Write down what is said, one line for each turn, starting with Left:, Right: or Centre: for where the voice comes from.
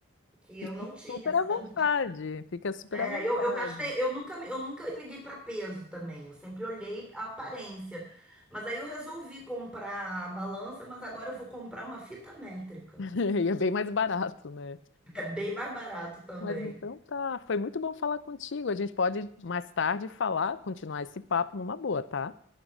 Centre: que
Left: fica
Centre: eu não tinha.
Left: super
Centre: Essa
Left: à vontade,
Centre: da mídia
Left: fica super
Centre: é,
Left: à vontade.
Centre: eu, eu gastei, eu nunca, eu nunca liguei para peso também, eu sempre olhei a aparência. Mas aí eu resolvi comprar a balança, mas agora eu vou comprar uma fita métrica.
Left: <laughs> E é bem mais barato, né?
Centre: É bem mais barato também.
Left: Mas então tá, foi muito bom falar contigo. A gente pode mais tarde falar, continuar esse papo numa boa, tá?